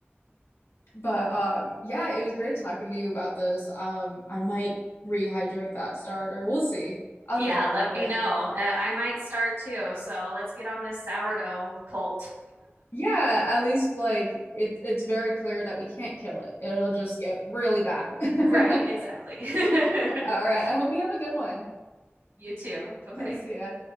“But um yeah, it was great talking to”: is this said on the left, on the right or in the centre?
Left